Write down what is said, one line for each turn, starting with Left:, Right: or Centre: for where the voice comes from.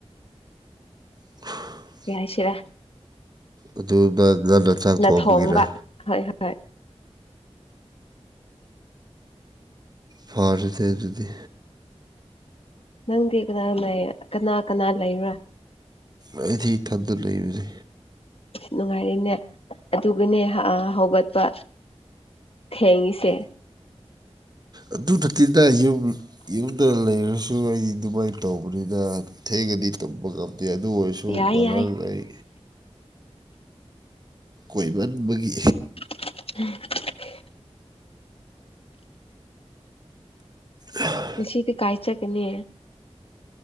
Right: <inaudible>
Left: ꯌꯥꯁꯤꯔ
Right: ꯑꯗꯨꯅ ꯉꯟꯅ ꯆꯥꯛ ꯊꯣꯡꯕꯒꯤꯔ
Left: ꯊꯣꯡꯕ ꯍꯣꯏ ꯍꯣꯏ
Right: ꯐꯔꯦꯅꯦ ꯑꯗꯨꯗꯤ
Left: ꯅꯪꯗꯤ ꯀꯅꯥꯒ ꯂꯩ ꯀꯅꯥ ꯀꯅꯥ ꯂꯩꯕ꯭ꯔꯥ
Right: ꯑꯩꯗꯤ ꯏꯊꯟꯗ ꯂꯩꯕꯅꯦ
Left: ꯅꯨꯡꯉꯥꯏꯔꯤꯅꯦ ꯑꯗꯨꯒꯅꯦ ꯑꯥ ꯍꯧꯒꯠꯄ ꯊꯦꯡꯏꯁꯦ
Right: ꯑꯗꯨ ꯅꯠꯇꯦꯗ ꯌꯨꯝ ꯌꯨꯝꯗ ꯂꯩꯔꯁꯨ ꯑꯩ ꯑꯗꯨꯃꯥꯏꯅ ꯇꯧꯕꯅꯤꯅ ꯊꯦꯡꯒꯗꯤ ꯇꯨꯝꯕ ꯉꯝꯗꯦ ꯑꯗꯨ ꯑꯣꯏꯔꯁꯨ ꯁꯨ
Left: ꯌꯥꯏ
Right: ꯚꯍꯜ
Left: ꯌꯥꯏ
Right: ꯂꯩ ꯀꯣꯏꯕꯟꯕꯒꯤ
Left: <unintelligible>
Right: ꯑ
Left: ꯉꯁꯤꯗꯤ ꯀꯥꯏ ꯆꯠꯀꯅꯤ